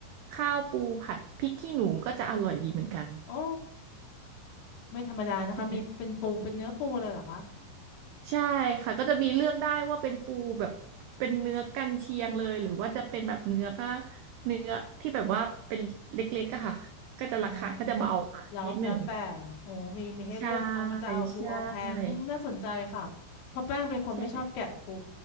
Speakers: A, on the right (about 75°); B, on the left (about 75°).
A: ข้าวปูผัดพริกขี้หนูก็จะอร่อยดีเหมือนกัน
B: โอ้ ไม่ธรรมดานะคะมีเป็นปูเป็นเนื้อปูเลยเหรอคะ
A: ใช่ไหมใช่ค่ะก็จะมีเลือกได้ว่าเป็นปูแบบเป็นเนื้อกันเชียงเลยหรือว่าจะเป็นแบบเนื้อก็เนื้อที่แบบว่าเป็นเล็กๆอะค่ะก็จะราคาก็จะเบากว่านิดหนึ่ง
B: อ๋อแล้วแล้วแต่โอ้มีมีให้เลือกเอาว่าจะเอาทูเอาแพงน่าสนใจค่ะเพราะแป้งเป็นคนไม่ชอบแกะปู
A: ใช่ใช่ใช่